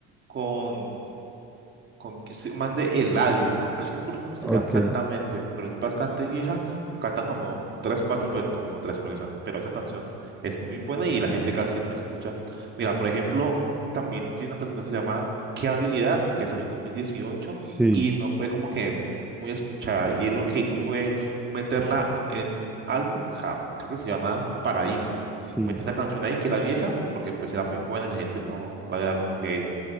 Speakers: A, on the right; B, in the centre.
A: con con que se man de Eladio. Es que no me acuerdo cómo se
B: Ok,
A: llama exactamente, pero es bastante vieja. Cantan como tres, cuatro, pero no como tres, creo que son. Pero esa canción es muy buena y la gente casi no la escucha. Mira, por ejemplo, también tiene una canción que se llama ¿Qué habilidad? que salió en 2018
B: sí,
A: y no fue como que muy escuchada. Y él lo que hizo fue meterla en un álbum, o sea, creo que se llama Paraíso.
B: sí,
A: Metió esa canción ahí que era vieja, porque pues era muy buena y la gente no la había dado como que